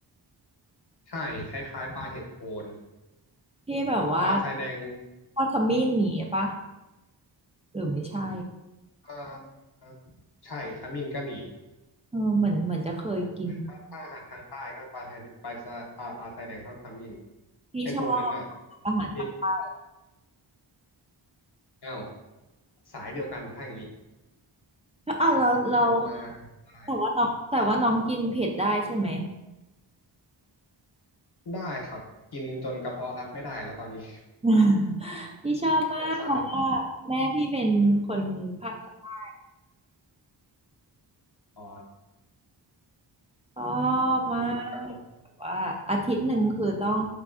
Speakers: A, on the left (about 60°); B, on the right (about 15°).
A: ๆใช่คล้ายๆปลาเห็ดโคน
B: ที่แบบว่า
A: ปลาทรายแดง
B: ทอดขมิ้นหนีปะ หรือไม่ใช่
A: อ่าใช่ขมิ้นก็มี
B: เออเหมือนเหมือนจะเคยกิน
A: ถ้าอาหารทางใต้ก็ปลาไทยปลาทรายอ่าปลาทรายแดงทอดขมิ้น
B: พี่ชอบ
A: ไอตัวนั้นน่ะ
B: อาหารภาคใต้
A: อีเคอ้าวสายเดียวกันถ้าอย่างงี้
B: อ่ะเราเรา
A: ชอบมากอาหารใต้
B: แต่ว่าน้องแต่ว่าน้องกินเผ็ดได้ใช่ไหม
A: ได้ครับกินจนกระเพาะรับไม่ได้แล้วตอนนี้
B: <laughs> พี่ <laughs> ชอบมากเพราะว่าแม่พี่เป็นคนภาคใต้
A: สงสารอ๋อ
B: ชอบมากแบบว่าอาทิตย์หนึ่งคือต้อง
A: อืมกะหล่